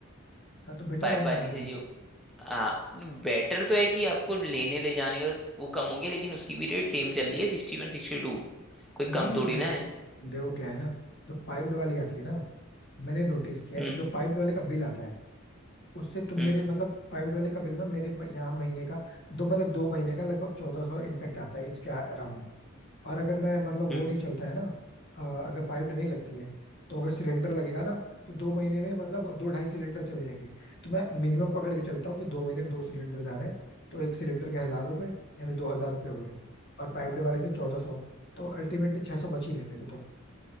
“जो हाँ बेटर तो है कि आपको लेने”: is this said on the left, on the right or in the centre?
Centre